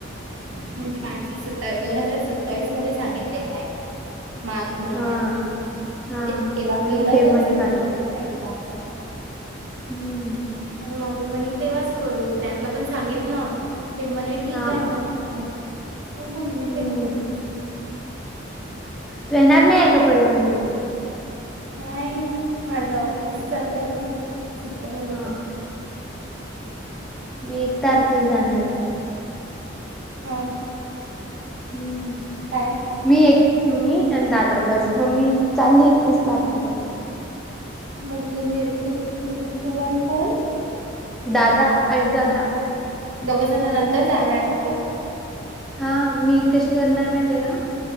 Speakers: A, on the right; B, in the centre.
A: म्हणजे माझे सुद्धा दोन हजार सत्तावीस मध्ये सांगितलेलं आहे. माघ महिन्यात,
B: हा. हा
A: म्हणजे तेव्हा
B: म्हणून
A: केलं
B: फेब
A: तर
B: मध्ये
A: सगळ
B: काढलं
A: चांगलं राहील बा असं.
B: हम्म
A: मम्मी म्हणे तेव्हाच करू, त्यांना पण सांगितलं, ते म्हणे ठीक
B: हा
A: आहे मग, ह बघु म्हने
B: हम्म.
A: तेेव्हाच कर
B: तू येणार नाही आहे का परभणीला?
A: नाही माझं ऑफिस चालू आहे ना. सुट्ट्या नाही भेटत
B: हा मी एक तारखेला जाणार आहे.
A: हा.
B: हम्म
A: काय?
B: मी एक मी आणि दादा बस मग मी चालली एकतीस तारखेला.
A: मग तुम्ही तूू, तू आणि कोन.
B: दादा आणि दादा.
A: दोघेजण नंतर जाणार आहेत का?
B: हा मी कशी करणार माहीत का?